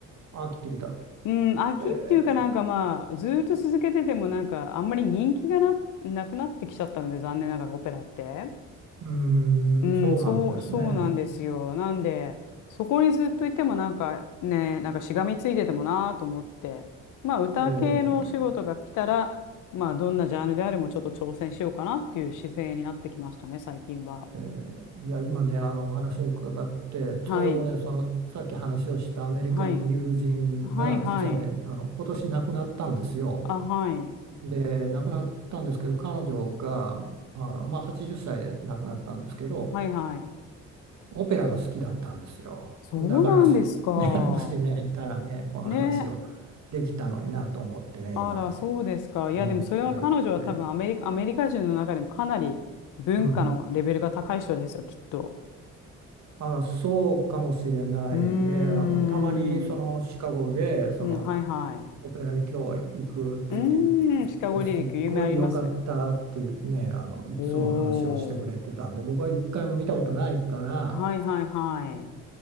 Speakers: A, on the right; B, on the left.
A: あ、切ってきた。
B: うん、飽きっていうかなんかまあ、
A: え
B: ずーっと続けててもなんか、あんまり人気がな、なくなってきちゃったので、残念ながらオペラって。
A: ーうー
B: うん、
A: ん、そうなんですね。
B: そう、そうなんですよ。なんで、そこにずっといてもなんかね、なんかしがみついててもなと思って、まあ、歌系のお仕事が来たら、
A: えー
B: まあ、どんなジャンルであれもちょっと挑戦しようかなっていう姿勢になってきましたね、最近は。
A: えーいや、今ね、あの、お話を伺って、ちょうどね、
B: はい、
A: その、さっき話をしたアメリカの友人が、
B: はい、はい、はい。
A: 実はね、あの、今年亡くなったんですよ。
B: あ、はい、
A: で、亡くなったんですけど、彼女が、あの、まあ、80歳で亡くなったんですけど、
B: はい、はい。
A: オペラが好きだったんですよ。
B: そうなんですか。
A: だから、ね、<laughs> もしね、いたらね、この話を
B: ね。
A: できたのになと思ってね、
B: あら、
A: 今、
B: そうですか。いや、
A: 思ってる。
B: でもそれは彼女は多分アメリカ、
A: で、
B: アメリカ人の中でもかなり文化のレベルが高い人ですよ、
A: うん。
B: きっと。
A: あ、そうかもしれないね。
B: うーん。
A: あの、たまに、その、シカゴで、その、
B: うん、はいはい。
A: オペラに今日行くって言って
B: うーん、シカゴリリック、
A: ですっごい良かったっていうねあのいつも話をしてくれてたんで僕は一回も見たことないから
B: 有名あります。おー。はいはいはい。